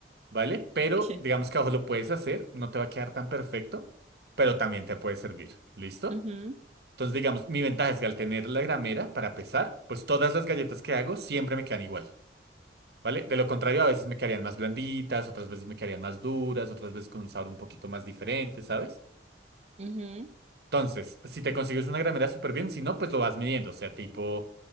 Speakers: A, on the right; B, on the right.
A: ¿vale? Pero
B: Sí.
A: digamos que a ojo lo puedes hacer, no te va a quedar tan perfecto, pero también te puede servir, ¿listo?
B: Ujú,
A: Entonces, digamos, mi ventaja es que al tener la gramera para pesar, pues todas las galletas que hago siempre me quedan igual. ¿Vale? De lo contrario, a veces me quedarían más blanditas, otras veces me quedarían más duras, otras veces con un sabor un poquito más diferente, ¿sabes?
B: ujú,
A: Entonces, si te consigues una gramera súper bien, si no, pues lo vas midiendo. O sea, tipo,